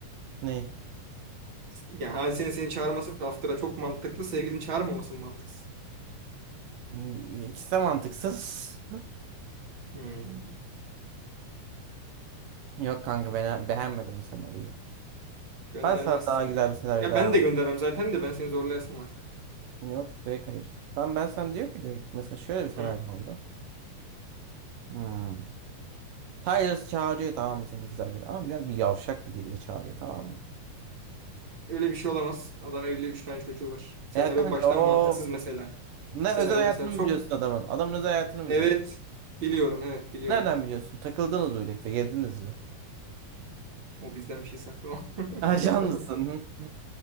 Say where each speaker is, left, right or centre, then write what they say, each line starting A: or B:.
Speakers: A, on the right (about 80°); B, on the right (about 35°).
A: <laughs> Ney?
B: Yani hadisenin seni çağırması after'a çok mantıklı. Sevgilini çağırmaması mı mantıksız?
A: Hmm, İkisi de mantıksız.
B: Hmm.
A: <laughs> Yok kanka ben beğenmedim bu senaryoyu.
B: Göndermezsin
A: Ben sana daha güzel
B: ya.
A: bir senaryo
B: Ya
A: daha
B: ben de göndermem zaten de ben seni zorlayasın var sen.
A: Yok direkt hayır. Tamam ben sana diyorum ki direkt mesela şöyle bir senaryo
B: Hı.
A: oldu. Hmm. Tyler çağırıyor tamam mı senin kız arkadaşı ama biraz bir yavşak bir dille çağırıyor tamam mı?
B: Öyle bir şey olamaz. Adam evli 3 tane çocuğu var. Senaryo
A: Ya kanka
B: baştan
A: of.
B: mantıksız mesela.
A: Ne
B: Senaryo
A: özel hayatını
B: mesela çok
A: mı biliyorsun adamın? Adamın özel hayatını mı
B: Evet.
A: biliyorsun?
B: Biliyorum evet biliyorum.
A: Nereden biliyorsun? Takıldınız mı birlikte? Gezdiniz mi?
B: O bizden bir şey saklama. <laughs>
A: Ajan mısın? <laughs>